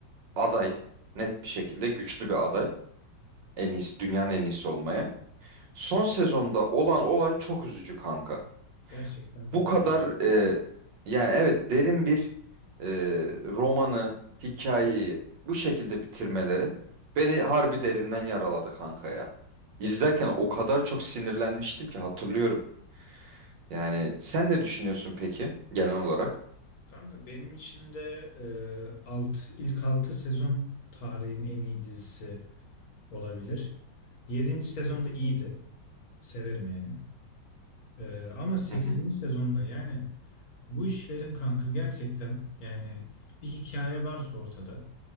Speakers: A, on the right (about 75°); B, on the left (about 60°).
A: Aday net bir şekilde güçlü bir aday. En iyisi dünyanın en iyisi olmaya. Son sezonda olan olay çok üzücü kanka.
B: Gerçekten çok
A: Bu kadar
B: üzücü.
A: e, yani evet derin bir e, romanı, hikayeyi bu şekilde bitirmeleri beni harbi derinden yaraladı kanka ya. İzlerken o kadar çok sinirlenmiştim ki hatırlıyorum. Yani sen ne düşünüyorsun peki genel olarak?
B: Kanka benim için de e, alt, ilk 6 sezon tarihin en iyi dizisi olabilir. 7. sezonda iyiydi. Severim yani. E, ama 8.
A: Hı hı.
B: sezonda yani bu işlerin kanka gerçekten yani bir hikaye varsa ortada